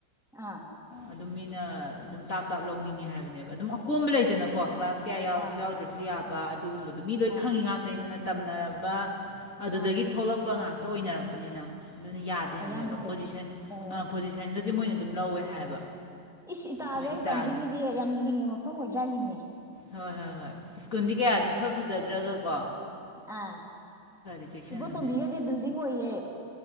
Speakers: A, in the centre; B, on the left.
A: ꯑꯥ
B: ꯑꯗꯨꯝ ꯃꯤꯅ ꯑꯗꯨꯝ ꯇꯥꯞ ꯇꯥꯞ ꯂꯧꯅꯤꯡꯉꯦ ꯍꯥꯏꯕꯅꯦꯕ ꯑꯗꯨꯝ ꯑꯀꯣꯝꯕ ꯂꯩꯗꯅꯀꯣ ꯀ꯭ꯂꯥꯁ ꯀꯌꯥ ꯌꯥꯎꯁꯨ
A: ꯑꯥ
B: ꯌꯥꯎꯗ꯭ꯔꯁꯨ ꯌꯥꯕ ꯑꯗꯨꯒꯨꯝꯕ ꯃꯤ ꯂꯣꯏ
A: ꯑꯥ
B: ꯈꯪꯉꯤ ꯉꯥꯛꯇꯅꯤꯅ꯫ ꯇꯝꯅꯔꯕ ꯑꯗꯨꯗꯒꯤ
A: ꯑꯥ
B: ꯊꯣꯛꯂꯛꯄ ꯉꯥꯛꯇ ꯑꯣꯏꯅꯔꯛꯄꯅꯤꯅ ꯑꯗꯨꯅ ꯌꯥꯗꯦ ꯍꯥꯏꯕꯅꯦꯕ
A: ꯑꯌꯥꯝꯕꯁꯦ
B: ꯄꯣꯖꯤꯁꯟ
A: ꯑꯣ
B: ꯑꯥ ꯄꯣꯖꯤꯁꯟꯒꯁꯦ ꯃꯣꯏꯅ ꯑꯗꯨꯝ ꯂꯧꯋꯦ ꯍꯥꯏꯌꯦꯕ
A: ꯏꯁ ꯏꯇꯥꯗ
B: ꯃꯣꯏ
A: ꯑꯩꯅ
B: ꯏꯇꯥꯒꯤ꯫
A: ꯇꯝꯗꯣꯏꯁꯤꯗꯤ ꯌꯥꯝ ꯂꯤꯡꯕ ꯃꯐꯝ ꯑꯣꯏꯕꯖꯥꯠꯅꯤꯅꯦ
B: ꯍꯣꯏ ꯍꯣꯏ ꯍꯣꯏ ꯁ꯭ꯀꯨꯜꯗꯤ ꯀꯌꯥꯗꯤ ꯏꯐꯥ ꯐꯖꯥꯗ꯭ꯔꯒ ꯀꯣ꯫
A: ꯑꯥ
B: ꯆꯦꯛꯁꯤꯟꯕꯅꯦꯕ
A: ꯏꯕꯣ ꯇꯣꯝꯕꯤꯒꯗꯤ ꯕꯤꯜꯗꯤꯡ ꯑꯣꯏꯌꯦ꯫